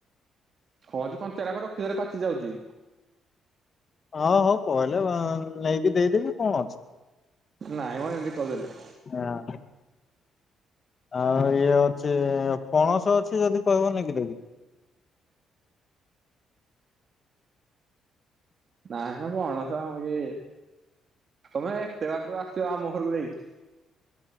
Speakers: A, on the right; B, on the left.
A: ହଁ ଆଜି କଞ୍ଚାଟାକ ରଖିଦଲେ ପାଚି ଯାଉଚି।
B: ହଁ ହଉ କହିଲେ ନେଇକି ଦେଇଦେବି କଣ ଅଛି?
A: ନାଇଁ ମୁଁ ଏମିତି କହିଦେଲି
B: ହଁ। ଆଉ ଇଏ ଅଛି ପଣସ ଅଛି ଯଦି କହିବନି କି ଦେଦି
A: ନାଇଁ ଆ ପଣସ ଆମ କି, ତମେ ଏତେ ବାଟରୁ ଆସିବ ଆମ ଘରକୁ ଦେଇ